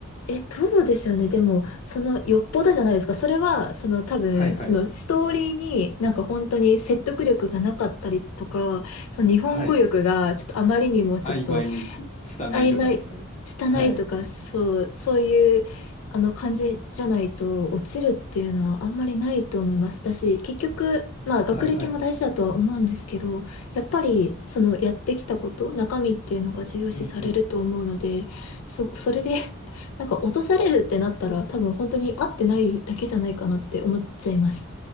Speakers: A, on the left (about 70°); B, on the left (about 30°).
A: え、どうでしょうね。でも、その、よっぽどじゃないですか。それは、その多分、
B: はいはい。
A: そのストーリーになんか本当に説得力がなかったりとか、その日本語力がちょっとあまりにもちょっと
B: はい。曖昧、拙いとかですかね。
A: 曖昧、拙いとか、
B: はい。
A: そう、そういう、あの、感じじゃないと、落ちるっていうのはあんまりないと思います。だし、結局、まあ、学歴も大事だとは思うんですけど、
B: はいはい。
A: やっぱり、その、やってきたこと、中身っていうのが重要視されると思うので、
B: うんうん。
A: そ、それで <laughs> なんか、落とされるってなったら、多分、本当に合ってないだけじゃないかなって思っちゃいます。